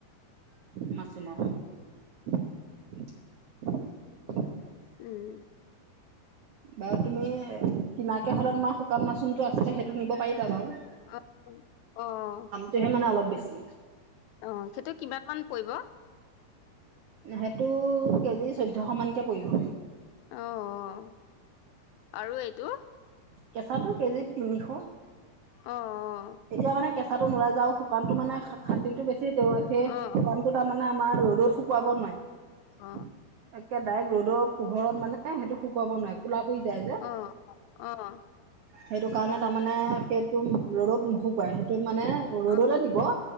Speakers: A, on the right (about 85°); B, on the left (about 80°).
A: <unintelligible>
B: উম।
A: বাৰু তুমি কিনাকে হ'লে তোমাৰ শুকান মাচৰুমটো আছিলে সেইটো নিব পাৰিবা বাউ।
B: অ' অ'
A: তেহে মানে অলপ বেছি।
B: অ' সেইটোত কিমান মান পৰিব?
A: সেইটো কেজি চৈধ্যশ মানকে পৰিব।
B: অ' আৰু এইটো?
A: কেচাটো কেজিত তিনিশ,
B: অ',
A: এতিয়া মানে কেচা তাতো নুলাই যে শুকানটো মানে খাট-খাটনিটো বেছি <unintelligible> সে
B: অ',
A: <unintelligible> মানে আমাৰ ৰ'দত শুকুৱাব নোৱাৰে।
B: অ',
A: কে ডাইৰেক্ট ৰ'দৰ পোহৰত মানে সেইটো শুকুৱাব নোৱাৰে কোলা পৰি যায় যে।
B: অ' অ'
A: সেইটো কাৰণে তাৰমানে সেইটো ৰ'দত নুশুকাই <unintelligible> টোত মানে
B: অ',
A: ৰ'দতে দিব,